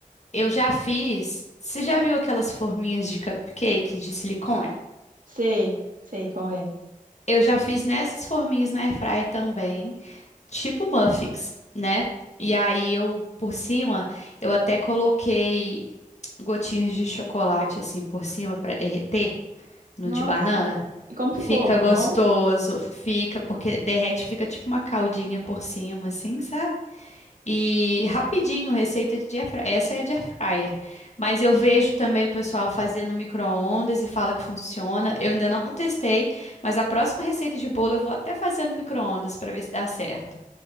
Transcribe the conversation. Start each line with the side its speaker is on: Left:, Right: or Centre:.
Left: Eu já fiz. Você já viu aquelas forminhas de cupcake de silicone?
Right: Sei, sei qual é.
Left: Eu já fiz nessas forminhas na air fryer também, tipo muffins, né? E aí eu por cima, eu até coloquei gotinhas de chocolate assim por cima para derreter. No
Right: Nossa,
Left: de banana.
Right: e como ficou?
Left: Fica
Right: Ficou
Left: gostoso,
Right: bom?
Left: fica, porque derrete, fica tipo uma caldinha por cima, assim, sabe? E rapidinho, receita de air fryer. Essa é de air fryer. Mas eu vejo também o pessoal fazendo no micro-ondas e fala que funciona. Eu ainda não testei, mas a próxima receita de bolo eu vou até fazer no micro-ondas para ver se dá certo.